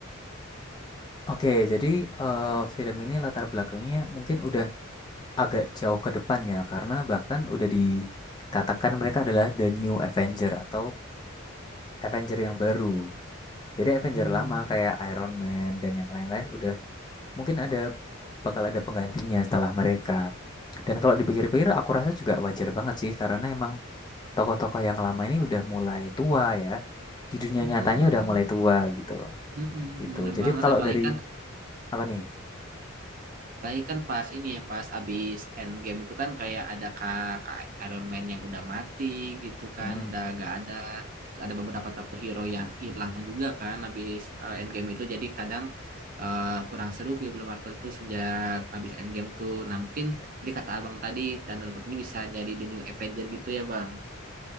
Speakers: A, on the left; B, on the right.
A: <laughs> Oke, jadi eh, film ini latar belakangnya mungkin udah agak jauh ke depannya karena bahkan udah dikatakan mereka adalah The New Avenger atau Avenger yang baru. Jadi Avenger
B: Hmm.
A: lama kayak Iron Man dan yang lain-lain udah mungkin ada bakal ada penggantinya setelah mereka. Dan kalau dipikir-pikir aku rasa juga wajar banget sih karena emang tokoh-tokoh yang lama ini udah mulai tua ya. Di dunia
B: Mm-mm.
A: nyatanya udah mulai tua gitu.
B: Mm-mm.
A: Gitu.
B: Bener
A: Jadi
B: banget
A: kalau
B: apalagi
A: dari
B: kan
A: apa nih?
B: Apalagi kan pas ini ya, pas abis Endgame itu kan kayak ada kak, kak Iron Man yang udah mati gitu kan,
A: Hmm.
B: udah gak ada. Terus ada beberapa tokoh hero yang hilang juga kan abis eh, Endgame itu. Jadi kadang eh, kurang seru film Marvel tuh sejak abis Endgame tuh. Nah mungkin jadi kata abang tadi, Thunder ini bisa jadi The New Avenger gitu ya bang.